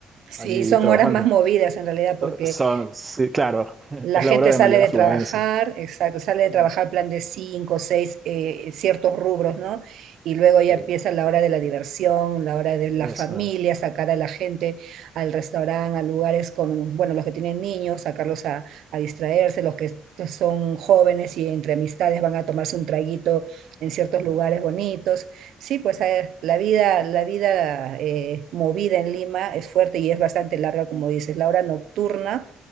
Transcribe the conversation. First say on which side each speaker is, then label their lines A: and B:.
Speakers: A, on the right; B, on the right.
A: Sí,
B: allí
A: son
B: trabajando.
A: horas más movidas en realidad, porque
B: Son, sí, claro, <laughs>
A: la
B: es
A: gente
B: la hora de
A: sale
B: mayor
A: de
B: afluencia.
A: trabajar, exacto, sale de
B: Mm.
A: trabajar plan de cinco, seis, eh, ciertos rubros, ¿no? Y luego ya
B: Sí,
A: empieza la hora de la diversión, la hora de la
B: eso
A: familia,
B: es.
A: sacar a la gente al restaurante, a lugares con, bueno, los que tienen niños, sacarlos a, a distraerse, los que son jóvenes y entre amistades van a tomarse un traguito en ciertos lugares
B: sí,
A: bonitos. Sí, pues eh, la vida, la vida eh, movida en Lima es fuerte y es bastante larga, como dices, la hora nocturna